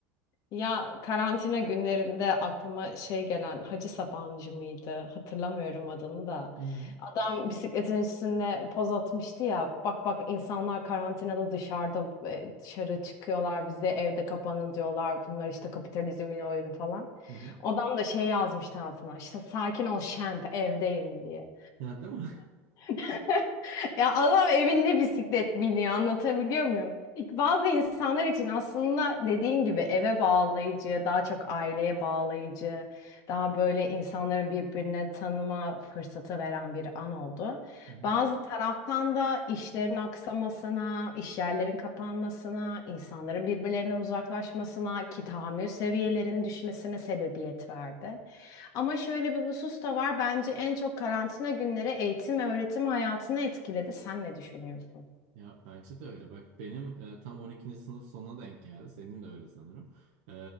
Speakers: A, on the left; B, on the right.
A: Ya karantina günlerinde aklıma şey gelen Hacı Sabancı mıydı? Hatırlamıyorum adını da.
B: Hı hı.
A: Adam bisikletin üstünde poz atmıştı ya. Bak bak insanlar karantinada dışarıda e, dışarı çıkıyorlar. Bize evde kapanın diyorlar. Bunlar işte kapitalizmin oyunu falan.
B: hı.
A: Adam da şey yazmıştı altına. işte sakin ol şemp evdeyim diye.
B: Yani değil mi?
A: <laughs>
B: <laughs>
A: Ya adam evinde bisiklet biniyor anlatabiliyor muyum? Bazı insanlar için aslında dediğin gibi eve bağlayıcı, daha çok aileye bağlayıcı, daha böyle insanları birbirine tanıma fırsatı veren bir an oldu.
B: Hı hı.
A: Bazı taraftan da işlerin aksamasına, iş yerlerin kapanmasına, insanların birbirlerinden uzaklaşmasına, ki tahammül seviyelerinin düşmesine sebebiyet verdi. Ama şöyle bir husus da var. Bence en çok karantina günleri eğitim ve öğretim hayatını etkiledi. Sen ne düşünüyorsun?
B: Ya bence de öyle. Bak benim e, tam on ikinci sınıf sonuna denk geldi. Senin de öyle sanırım. E,